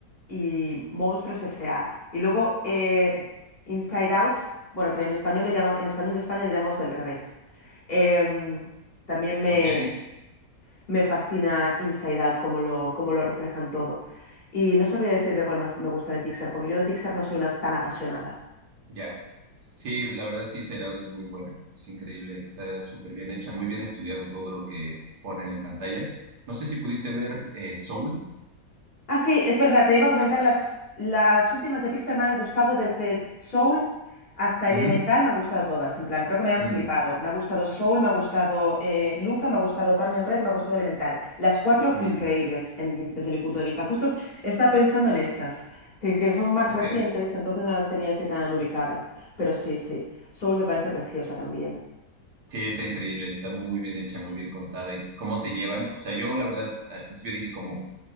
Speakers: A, on the left; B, on the right.
A: y Monstruos S.A. Y luego eh, Inside Out, bueno, que en español le llama, en español de España le llamamos del revés. Em, también me,
B: ok,
A: me fascina Inside Out, cómo lo, cómo lo reflejan todo. Y no sabría decirte cuál más me gusta de Pixar, porque yo de Pixar no soy una tan apasionada.
B: ya. Sí, la verdad es que Inside Out es muy buena, es increíble, está súper bien hecha, muy bien estudiado todo lo que ponen en pantalla. No sé si pudiste ver eh, Soul.
A: Ah, sí, es verdad, te iba a comentar, las, las últimas de Pixar me han gustado desde Soul hasta Elemental,
B: Ujú.
A: me han gustado todas, en plan, creo que me han
B: Mm,
A: flipado. Me ha gustado Soul, me ha gustado eh, Luca, me ha gustado Turning Red, y me ha gustado Elemental. Las cuatro
B: mm,
A: increíbles en- desde mi punto de vista. Justo estaba pensando en esas, que, que son más
B: ok.
A: recientes, entonces no las tenía así tan ubicadas. Pero sí, sí, Soul me parece preciosa también.
B: Sí, está increíble, está muy bien hecha, muy bien contada. ¿Y cómo te llevan? O sea, yo la verdad al principio dije como,